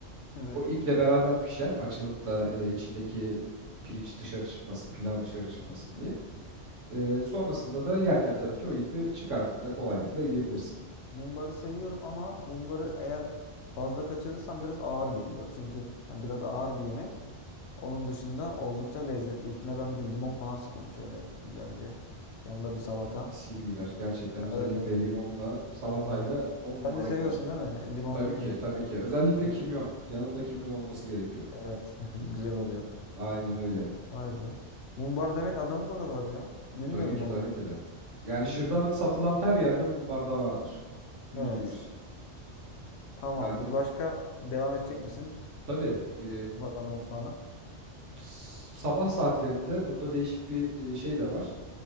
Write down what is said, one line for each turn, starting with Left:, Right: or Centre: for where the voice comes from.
Left: Evet.
Right: O iple beraber pişer. Açılıp da e, içindeki pirinç dışarı çıkmasın, pilav dışarı çıkmasın
Left: Hı hı.
Right: diye. E, sonrasında da yerken tabii ki o ipi çıkartıp da kolaylıkla yiyebilirsin.
Left: Mumbarı seviyorum ama mumbarı eğer fazla kaçırırsam biraz ağır geliyor. Çünkü hani biraz ağır bir yemek. Onun dışında oldukça lezzetli. Üstüne ben bir de limon falan sıkıyorum şöyle güzelce. Yanında bir salata.
Right: Mis gibi gider. Gerçekten özellikle
Left: Evet evet.
Right: limonla, salatayla
Left: Aha.
Right: 10
Left: Sen
Right: numara
Left: de seviyorsun
Right: gider.
Left: değil mi? Limon
Right: Tabii
Left: dökmeyi
Right: ki,
Left: üstüne.
Right: tabii ki. Özellikle
Left: Evet.
Right: kimyon. Yanında kimyon olması gerekiyor.
Left: Evet. <laughs> Güzel oluyor.
Right: Aynen öyle.
Left: Vay be. Mumbar demek Adana'da da var ya. Bilmiyordum
Right: Tabii ki,
Left: onu
Right: tabii
Left: ben.
Right: ki de. Yani
Left: Hmm.
Right: şırdanın satılan her yerde mum bardağı vardır. Yüzde
Left: Evet.
Right: yüz.
Left: Tamamdır.
Right: Yani
Left: Başka devam edecek misin?
Right: tabii e,
Left: Adana mutfağına.
Right: s- sabah saatlerinde burada değişik bir e, şey de var.